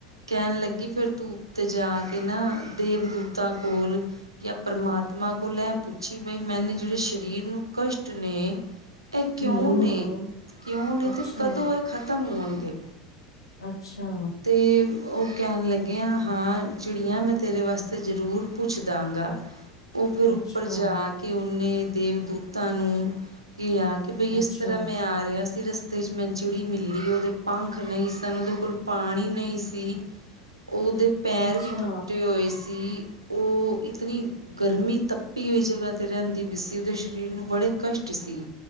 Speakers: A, on the right (about 85°); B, on the left (about 75°).
A: ਕਹਿਣ ਲੱਗੀ ਫਿਰ ਤੂੰ ਉਤੇ ਜਾ ਕੇ ਨਾ ਦੇਵਦੂਤਾਂ ਕੋਲ ਜਾਂ ਪਰਮਾਤਮਾ ਪਰਮਾਤਮਾ ਕੋਲ ਇਹ ਪੁੱਛੀ ਬਈ ਮੈਨੇ ਜਿਹੜੇ ਸਰੀਰ ਨੂੰ ਕਸ਼ਟ ਨੇ ਇਹ ਕਿਉਂ
B: ਹੂੰ-ਹੂੰ,
A: ਨੇ ਕਿਉਂ ਨੇ
B: ਅੱਛਾ,
A: ਤੇ ਕਦੋਂ ਇਹ ਖਤਮ ਹੋਣਗੇ
B: ਅੱਛਾ,
A: ਤੇ ਉਹ ਕਹਿਣ ਲੱਗ ਹ ਹਾਂ ਚਿੜੀਆਂ ਮੈਂ ਤੇਰੇ ਵਾਸਤੇ ਜ਼ਰੂਰ ਪੁੱਛ ਦਾਂਗਾ ਉਹ ਫਿਰ ਉੱਪਰ
B: ਅੱਛਾ,
A: ਜਾ ਕੇ ਉਹਨੇ ਦੇਵਦੂਤਾਂ ਨੂੰ ਕਿਹਾ ਆ ਕਿ ਬਈ ਇਸ
B: ਅੱਛਾ,
A: ਤਰ੍ਹਾਂ ਮੈਂ ਆ ਰਿਹਾ ਸੀ ਰਸਤੇ ਚ ਮੈਂ ਚਿੜੀ ਮਿਲੀ ਉਹਦੇ ਪੰਖ ਨਹੀਂ ਸਨ ਉਹਦੇ ਕੋਲ ਪਾਣੀ ਨਹੀਂ ਸੀ ਉਹਦੇ ਪੈਰ
B: ਅੱਛਾ,
A: ਵੀ ਟੁੱਟੇ ਹੋਏ ਸੀ ਸੀ ਉਹ ਇਤਨੀ ਗਰਮੀ ਤੱਪੀ ਹੋਈ ਜਗਹਾ ਤੇ ਰਹਿੰਦੀ ਪਈ ਸੀ ਉਹਦੇ ਸਰੀਰ ਨੂੰ ਬੜੇ ਕਸ਼ਟ ਸੀ